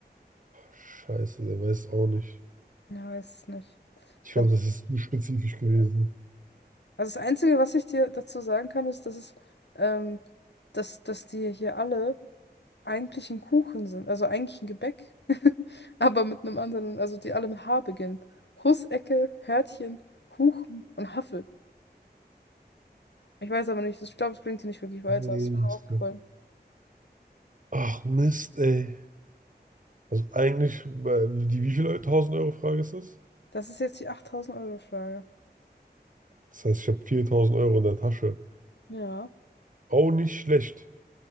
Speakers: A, on the right; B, on the left.
A: Scheiße, der weiß auch nicht.
B: Ja, weiß es nicht.
A: Ich
B: Da
A: glaube, das ist zu spezifisch gewesen.
B: also das Einzige, was ich dir dazu sagen kann, ist, dass es, ähm, dass, dass die hier alle eigentlich ein Kuchen sind, also eigentlich ein Gebäck, <laughs> aber mit einem anderen, also die alle mit H beginnen. Hussecke, Hörtchen, Huchen und Haffel. Ich weiß aber nicht, ich glaube, es bringt sie nicht wirklich weiter.
A: Ey,
B: Das ist
A: Mist.
B: mir nur aufgefallen.
A: Ach Mist, ey. Also eigentlich, weil die wie viel Eu- 1000 Euro Frage ist das?
B: Das ist jetzt die 8000-Euro-Frage.
A: Das heißt, ich habe 4000 Euro in der Tasche.
B: Ja,
A: Auch nicht schlecht,